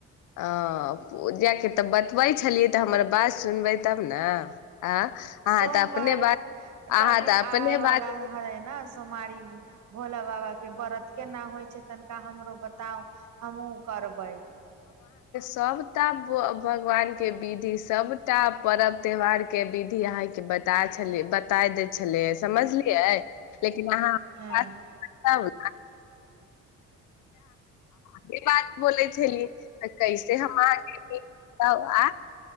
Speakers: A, on the left (about 80°); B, on the right (about 65°).
A: आ पूजा कत तऽ बतबै छलियै तऽ हमर बात सुनबै तब ने आ अहाँ
B: सोमवार
A: तऽ अपने बात अहाँ
B: त अभी
A: तऽ अपने
B: आबवला
A: बात
B: है ने सोमारी भोला बाबा के व्रत केना होइ छै तनिका हमरो बताउ हमूँ करबैय
A: सबटा ब भगवान के विधि सबटा पर्ब त्यौहार के विधि अहाँ के बता छले बताय दे छलैय से समझलियै लेकिन अहाँत
B: हँ
A: न <unintelligible> इ बात बोलैय छलिय त कैसे हम अहाँ बताउ आ